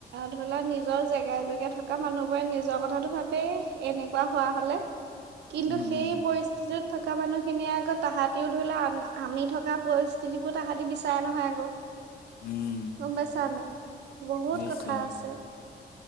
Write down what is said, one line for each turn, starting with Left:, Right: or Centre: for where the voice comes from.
Right: ধৰিলা নিজৰ জেগাই জেগাই থকা মানুহবোৰে নিজৰ কথাটো ভাবেই, এনেকুৱা হোৱা হ'লে? কিন্তু
Left: উম
Right: সেই
Left: উম
Right: পৰিস্থিতিত থকা মানুহখিনিয়ে আকৌ, তাহাঁতিও ধৰি লোৱা, আমি থকা পৰিস্থিতি বোৰ তাহাঁতি চাৰে নহয় আকৌ!
Left: উম
Right: গম পাইছা নাই? বহুত
Left: বুজিছো
Right: কথা
Left: অ
Right: আছে!